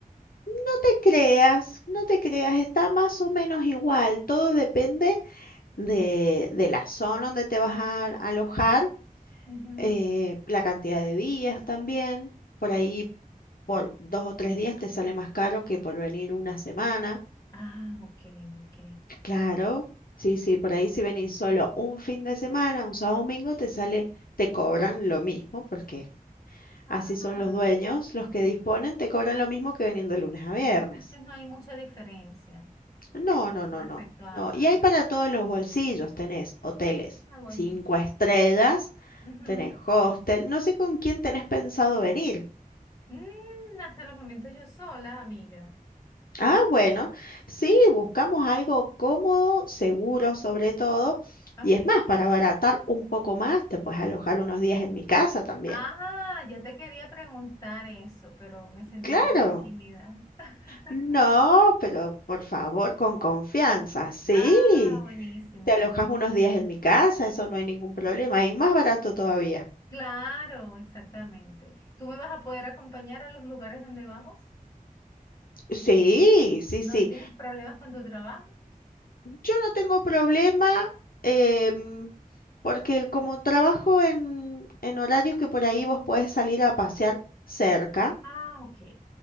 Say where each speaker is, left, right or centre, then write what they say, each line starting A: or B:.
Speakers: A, on the left (about 75°); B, on the left (about 25°).
A: No te creas, no te creas, está más o menos igual, todo depende de, de la zona donde te vas a alojar,
B: Ujú.
A: eh, la cantidad de días también. Por ahí por dos o tres días te sale más caro que por venir una semana.
B: Ah, ok, ok.
A: Claro, sí, sí, por ahí si venís solo un fin de semana, un sábado domingo, te sale, te cobran lo mismo, porque
B: Ah,
A: así son los dueños, los que disponen, te cobran lo mismo que venir de lunes a viernes.
B: entonces no hay mucha diferencia
A: No, no, no,
B: respecto
A: no.
B: a...
A: No,
B: a-
A: y hay para todos los bolsillos, tenés hoteles
B: Ah, buenísimo.
A: cinco estrellas
B: Ujú.
A: Tenés hostel, no sé con quién tenés pensado venir.
B: Mm, hasta los momentos yo sola, amiga.
A: Ah, bueno, sí, buscamos algo cómodo, seguro sobre todo,
B: Ok.
A: y es más, para abaratar un poco más, te puedes alojar unos días en mi casa también.
B: Ah, ya te quería preguntar eso, pero me sentí
A: Claro,
B: un poco tímida. <laughs>
A: no, pero por favor, con confianza, sí,
B: Ah, buenísimo.
A: te alojas unos días en mi casa, eso no hay ningún problema, y más barato todavía.
B: Claro, exactamente. ¿Tú me vas a poder acompañar a los lugares donde vamos?
A: Sí, sí,
B: ¿No
A: sí.
B: tienes problemas con tu trabajo?
A: Yo no tengo problema em, porque como trabajo en, en horarios que por ahí vos podés salir a pasear cerca,
B: Ah, ok.